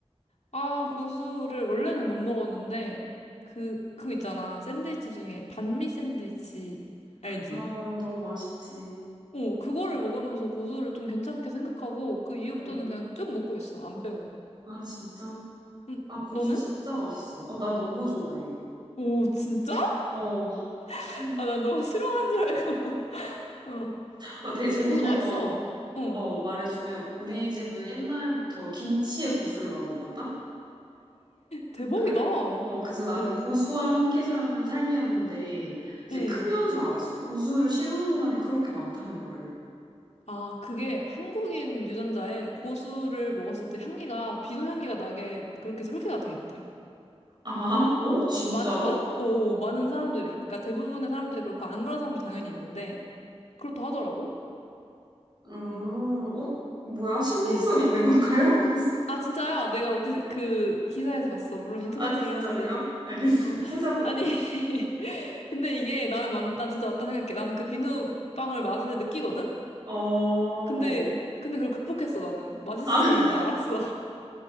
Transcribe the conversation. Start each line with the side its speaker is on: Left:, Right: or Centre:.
Left: 아, 고수를 원래는 못 먹었는데, 그, 그거 있잖아. 샌드위치 중에 반미 샌드위치, 알지?
Right: 아, 너무 맛있지.
Left: 어, 그거를 먹으면서 고수를 좀 괜찮게 생각하고 그 이후부터는
Right: 음.
Left: 그냥 쭉 먹고 있어. 안 빼고.
Right: 아, 진짜.
Left: 응,
Right: 아, 고수
Left: 너는?
Right: 진짜 맛있어. 어, 나 너무 좋아해.
Left: 오, 진짜?
Right: 어,
Left: <laughs>
Right: 음.
Left: 아, 나 너 싫어하는 줄 알고. <laughs> 어.
Right: 어, 되게 재밌는
Left: 고수 맛있어.
Right: 거,
Left: 어.
Right: 어, 말해주면 우리 집은 옛날부터 김치에 고수를 넣어 먹었다?
Left: 대박이다.
Right: 그래, 어, 그래서 나는
Left: 응,
Right: 고수와 함께 사는 삶이었는데, 이제
Left: 응.
Right: 크면서 알았어. 고수를 싫어하는 사람이 그렇게 많다는 거를.
Left: 아, 그게 한국인 유전자에 고수를 먹었을 때 향기가, 비누 향기가 나게 그렇게 설계가 돼 있대.
Right: 아, 어? 진짜로?
Left: 어, 많, 많, 어, 많은 사람들이. 그러니까 대부분의 사람들이 그렇고 안 그런 사람도 당연히 있는데, 그렇다 하더라고.
Right: 음,
Left: 응,
Right: 어, 뭐야? 신빙성
Left: 응.
Right: 있는 건가요? <laughs>
Left: 아, 진짜야. 내가 어디, 그, 기사에서 봤어. 물론 인터넷이긴
Right: 아, 진짜로요?
Left: 한데.
Right: 알겠어요.
Left: 어,
Right: 찾아볼게요.
Left: 아니. <laughs> 근데 이게 나는, 만- 난 진짜 맞다 생각해. 나는 그 비누빵을 맛을 느끼거든?
Right: 어,
Left: 근데, 근데 그걸 극복했어, 나는. 맛있음을
Right: 아, 그럼,
Left: 이제 알았어.